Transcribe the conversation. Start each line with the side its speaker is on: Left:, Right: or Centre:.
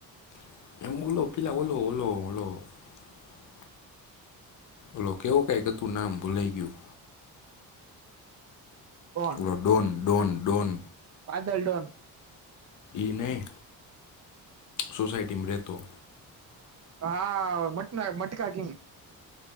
Left: <unintelligible> ઓલો કેવું કઈ કે તું નામ ભૂલાઈ ગયું
Right: કોણ
Left: ઓલો ડોન ડોન ડોન
Right: બાદલડોન
Left: એ નહી સોસાઈટીમાં રહેતો
Right: હા મટના મટકા કિંગ